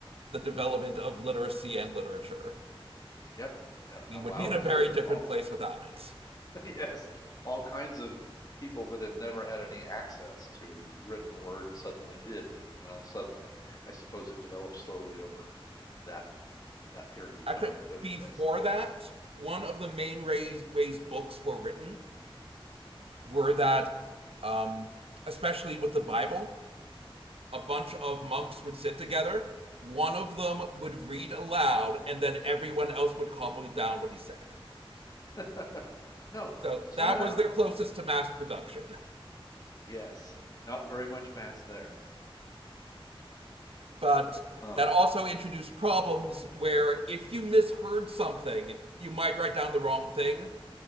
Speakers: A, on the right; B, on the left.
A: the development of literacy and literature.
B: Yep, that
A: We
B: allowed
A: would be in a very
B: uh,
A: different
B: all
A: place without it.
B: <laughs> yes, all kinds of people that had never had any access to written word suddenly did. Well, suddenly, I suppose it developed slowly over that that period of
A: Actually,
B: time, but
A: before
B: yes.
A: that, one of the main ways, ways books were written were that, um, especially with the Bible, a bunch of monks would sit together. One of them would read aloud, and then everyone else would copy down what he said.
B: <laughs> No,
A: So
B: slow
A: that
B: down.
A: was their closest to mass production.
B: Yes, not very much mass there.
A: but
B: Huh.
A: that also introduced problems where if you misheard something, you might write down the wrong thing.